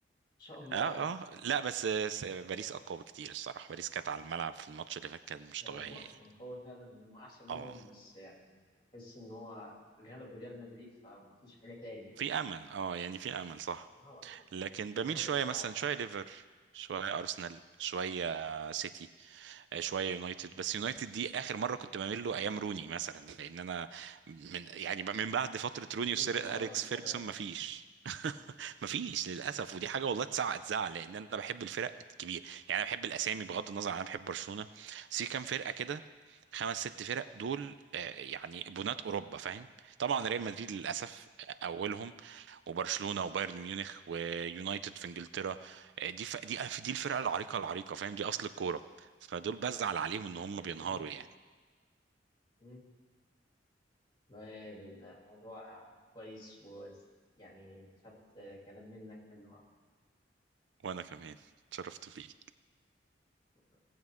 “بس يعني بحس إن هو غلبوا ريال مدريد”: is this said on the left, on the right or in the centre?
Left